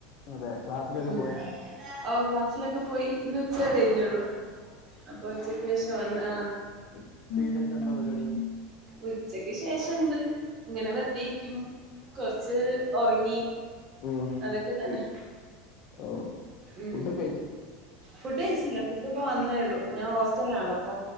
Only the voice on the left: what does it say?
അതെ ക്ലാസ്സിലൊക്കെ
പോയാ
ഉച്ച കയ്ഞ്ഞെന്താ പരിപാടി
ഉം
ഓ
ഫുഡൊക്കെ കയ്ച്ച